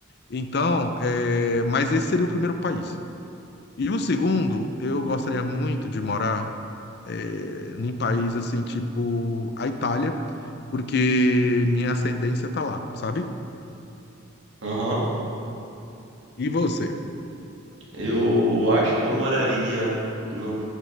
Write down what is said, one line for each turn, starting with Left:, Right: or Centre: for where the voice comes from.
Left: Então, é... mas esse seria o primeiro país. E o segundo, eu gostaria muito de morar é, em país assim, tipo a Itália, porque minha ascendência tá lá, sabe?
Right: aham.
Left: E você?
Right: Eu acho que eu moraria num-